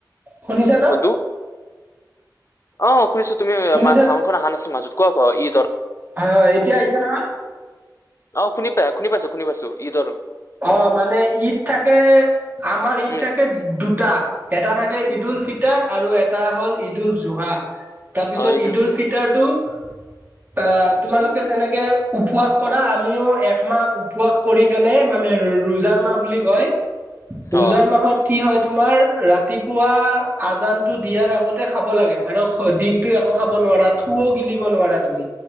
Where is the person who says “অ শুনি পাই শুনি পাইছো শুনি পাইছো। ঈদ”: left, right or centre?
Left